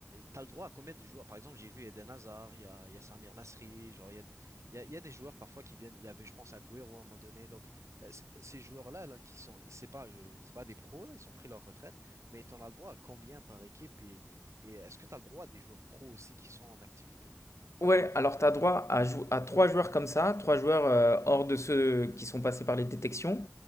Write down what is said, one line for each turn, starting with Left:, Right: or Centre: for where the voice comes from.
Right: t'as le droit à combien de joueurs? Par exemple, j'ai vu Eden Hazard, il y a, il y a Samir Nasri, genre, il y a, des- il y a, il y a des joueurs parfois qui viennent, il y avait, je pense, Agüero à un moment donné, donc euh, c- ces joueurs-là, là, qui sont, c'est pas, je, c'est pas des pros, là, ils ont pris leur retraite, mais t'en as le droit à combien par équipe et, et est-ce que t'as le droit à des joueurs pros aussi qui sont en activité?
Left: Ouais, alors tu as droit à, jou- à trois joueurs comme ça, trois joueurs euh, hors de ceux qui sont passés par les détections.